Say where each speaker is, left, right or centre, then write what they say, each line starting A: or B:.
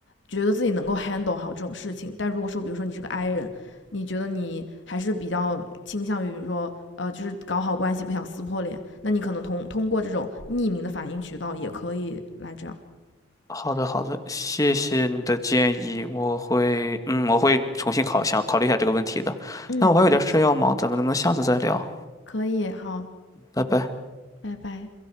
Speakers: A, on the left; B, on the left.
A: 觉得自己能够 handle 好这种事情。但如果说，比如说你是个 I 人，你觉得你还是比较倾向于，比如说呃，就是搞好关系，不想撕破脸，那你可能通通过这种匿名的反应渠道也可以来这样。
B: 好的好的，谢谢你的建议，我会，嗯，我会重新考想考虑一下这个问题的。
A: 嗯，
B: 那我还有点事要忙，
A: 没事，
B: 咱们能不能下次再聊？
A: 可以，好，
B: 拜拜。
A: 拜拜。